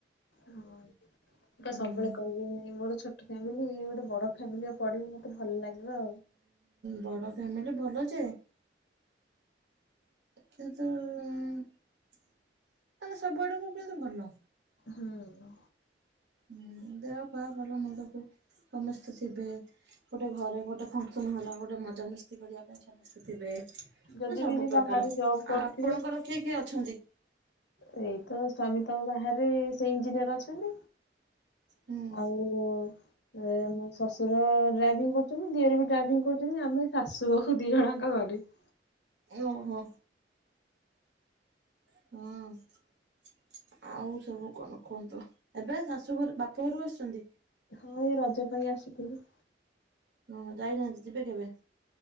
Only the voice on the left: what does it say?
ହଁ। ମୁଁ ପା
ସବୁବେଳେ କହିବି ମୋର ଛୋଟ ଫ୍ୟାମିଲି ଗୋଟେ ବଡ ଫ୍ୟାମିଲି ପଡ଼ିବି ମତେ ଭଲ ଲାଗିବ ଆଉ।
ହୁଁ।
ଯଦି
ବି ଯିଏ
ବାହାରେ ଜବ୍ କରୁଥିବେ
ଏଇତ ସ୍ବାମୀ ତ ବାହାରେ ସେଇ ଇଞ୍ଜିନିୟର ଅଛନ୍ତି
ଆଉ ଶ୍ୱଶୁର ଡ୍ରାଇଭିଂ କରୁଚନ୍ତି ଦିଅରେ ବି ଡ୍ରାଇଭିଂ କରୁଚନ୍ତି ଆମେ <unintelligible>
ହଁ ଏ ରଜ ପାଇଁ ଆସିଥିଲି।